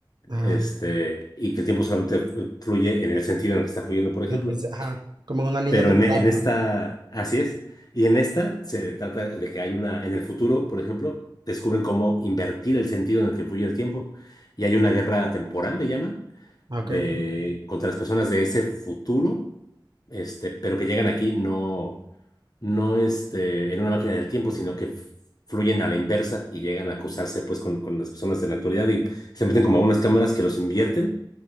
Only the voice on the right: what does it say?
Ah.
Desde que
se- Ajá, como en una línea
temporal,
¿no?
Ah,
ok, ok.